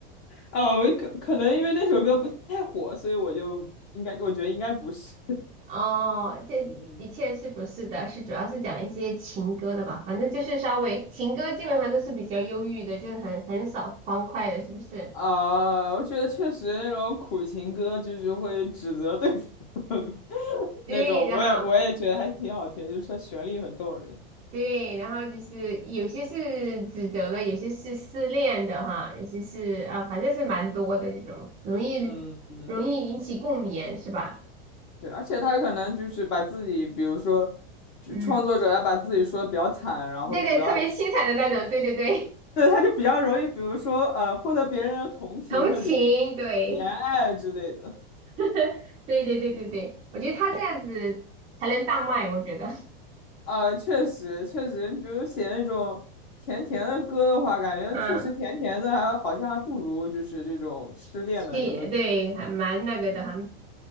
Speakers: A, on the left; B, on the right.
A: 啊，我可可能因为那首歌不太火，所以我就应该，我觉得应该不是。<laughs>
B: <laughs> 哦，这的确是不是的，
A: 嗯嗯。
B: 是主要是讲一些情歌的吧，反正就是稍微情歌基本上都是比较忧郁的，就是很很少欢快的，是不是？
A: 啊，我觉得确实那种苦情歌就是会指责对方 <laughs>
B: 对，
A: 那种，
B: 然后。
A: 我也我也觉得还挺好听，就是它旋律很动人。
B: 对，然后就是有些是指责的，有些是失恋的哈，有些是啊，反正是蛮多的这种，容易容易引起共鸣，
A: 嗯。
B: 是吧？
A: 对，而且他可能就是把自己，比如说，就是创作者，
B: 嗯，
A: 他把自己说的比较惨，然后比较，
B: 对对，特别凄惨的那种，对对对，
A: 对，他就比较容易，比如说，呃，获得别人的同情和怜
B: <laughs> 同情，对，
A: 怜爱之类的。
B: <laughs> 对对对对对，我觉得他这样子才能大卖，我觉得，
A: 呃，确实，确实，比如写那种甜甜的歌的话，感觉确实甜甜的还好像还不如就是这种失恋的歌多。
B: 嗯，对对，还蛮那个的哈，还